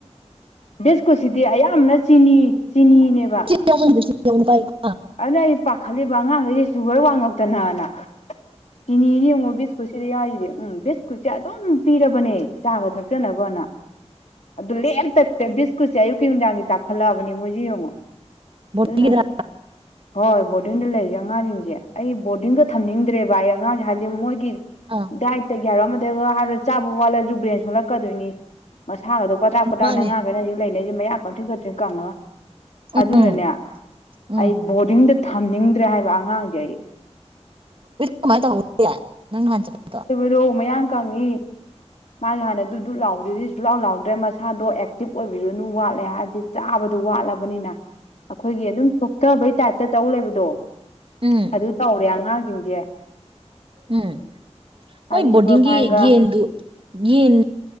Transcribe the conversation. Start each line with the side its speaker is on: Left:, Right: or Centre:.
Left: ꯕꯤꯁꯀꯨꯠꯁꯤꯗꯤ ꯑꯌꯥꯝꯅ ꯆꯤꯅꯤ ꯆꯤꯅꯤꯅꯦꯕ
Right: ꯀꯗꯁꯨ ꯂꯎꯅ ꯄꯥꯏ ꯑꯥ
Left: ꯑꯗꯨꯅ ꯑꯩ ꯄꯥꯈꯠꯂꯤꯕ ꯑꯉꯥꯡꯈꯩꯗꯤ ꯁꯨꯒꯔ ꯋꯥꯡꯉꯛꯇꯅꯅ ꯆꯤꯅꯤ ꯌꯦꯡꯉꯣ ꯕꯤꯁꯀꯨꯠ ꯁꯤꯗꯤ ꯌꯥꯎꯔꯤꯗꯤ ꯎꯝ ꯕꯤꯁꯀꯨꯠꯁꯦ ꯑꯗꯨꯝ ꯄꯤꯔꯕꯅꯦ ꯆꯥꯒ ꯊꯛꯆꯅꯕꯅ ꯑꯗꯨ ꯂꯦ ꯆꯠꯄ ꯕꯤꯁꯀꯨꯠꯁꯦ ꯑꯌꯨꯛꯀꯤ ꯅꯨꯡꯗꯥꯡꯒꯤ ꯆꯥꯛꯈꯠꯂꯛꯑꯕꯅꯤ ꯃꯣꯏꯦ ꯌꯦꯡꯉꯣ
Right: ꯣꯇꯤꯡꯒꯤ
Left: ꯑꯗꯨꯅ ꯍꯣꯏ ꯕꯣꯔꯗꯤꯡꯗ ꯂꯩꯔꯤꯁꯦ ꯑꯉꯥꯡꯁꯤꯡꯁꯦ ꯑꯩ ꯕꯣꯔꯗꯤꯡꯒ ꯊꯝꯅꯤꯡꯗ꯭ꯔꯦꯕ ꯑꯩ ꯑꯉꯥꯡꯁꯦ ꯍꯥꯏꯗꯤ ꯃꯣꯏꯒꯤ
Right: ꯎꯝ
Left: ꯗꯥꯏꯠꯇꯒꯤ ꯍꯥꯏꯔꯣ ꯑꯃꯗ ꯍꯥꯏꯔꯣ ꯆꯥꯕ ꯋꯥꯠꯂꯁꯨ ꯕ꯭ꯔꯦꯟ ꯁꯣꯂꯛꯀꯗꯣꯏꯅꯤ ꯃꯁꯥꯒꯗꯣ ꯄꯗꯥꯛ ꯄꯇꯥꯛꯅ
Right: ꯃꯥꯅꯦ
Left: ꯉꯥꯡꯈꯅ ꯍꯧꯖꯤꯛ ꯂꯩꯅꯩꯁꯦ ꯃꯌꯥꯝ ꯀꯛꯊꯤꯤꯟ ꯀꯥꯊꯤꯟ ꯀꯪꯉꯒ
Right: ꯎꯝ
Left: ꯑꯗꯨꯅꯅꯦ
Right: ꯎꯝ
Left: ꯑꯩ ꯕꯣꯔꯗꯤꯡꯗ ꯊꯝꯅꯤꯡꯗ꯭ꯔꯦ ꯍꯥꯏꯕ ꯑꯉꯥꯡꯁꯦ ꯑꯩ
Right: ꯀꯃꯥꯏ ꯇ ꯅꯪ ꯂꯥꯟꯁꯤꯦꯠꯇꯣ
Left: ꯊꯣꯏꯕꯗꯣ ꯃꯌꯥꯝ ꯀꯪꯉꯤ ꯃꯥꯒꯤ ꯍꯥꯟꯅꯗꯨ ꯗꯨꯠ ꯂꯥꯎꯕꯗꯨꯗꯤ ꯁꯨꯛꯂꯥꯎ ꯂꯥꯎꯗ꯭ꯔꯦ ꯃꯁꯥꯗꯣ ꯑꯦꯛꯇꯤꯚ ꯑꯣꯏꯕꯤꯁꯨꯅ ꯋꯥꯠꯂꯦ ꯍꯥꯏꯔꯗꯤ ꯆꯥꯕꯗ ꯋꯥꯠꯂꯕꯅꯤꯅ ꯑꯩꯈꯣꯏꯒꯤ ꯑꯗꯨꯝ ꯊꯣꯛꯣꯛꯊꯕꯩ ꯇꯥꯏꯞꯇ ꯇꯧ ꯂꯩꯕꯗꯣ
Right: ꯎꯝ
Left: ꯑꯗꯨ ꯇꯧꯔꯦ ꯑꯉꯥꯡꯁꯤꯡꯁꯦ
Right: ꯎꯝ ꯃꯣꯏ
Left: ꯍꯥꯏꯗꯤ
Right: ꯕꯣꯔꯗꯤꯡꯒꯤ
Left: ꯁꯨꯄꯔ ꯐꯥꯏꯟꯒ
Right: ꯌꯦꯟꯗꯨ ꯌꯦꯟ